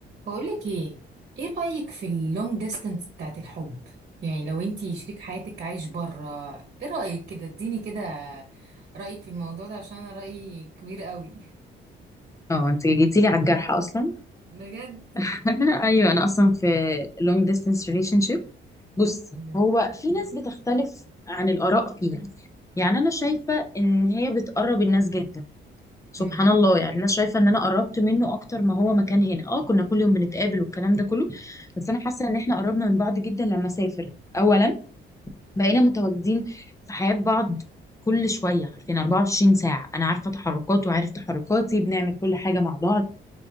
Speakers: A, on the right; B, on the left.
A: بقولك ايه ايه رأيك في اللونج ديستانس بتاعت الحب يعني لو انتي شريك حياتك عايش بره ايه رأيك كده اديني كده رأيك في الموضوع ده عشان انا رأيي كبير قوي
B: اه انت جيتي لي على الجرح اصلا
A: بجد
B: <laughs> ايوه انا اصلا في long distance relationship بصي
A: مم.
B: هو في ناس بتختلف عن الاراء فيها يعني انا شايفه ان هي بتقرب الناس جدا سبحان
A: مم.
B: الله يعني انا شايفه ان انا قربت منه اكتر ما هو مكان هنا اه كنا كل يوم بنتقابل والكلام ده كله بس انا حاسه ان احنا قربنا من بعض جدا لما سافر اولا بقينا متواجدين في حياه بعض كل شويه عارفين 24 ساعه انا عارفه تحركاته وعارف تحركاتي بنعمل كل حاجه مع بعض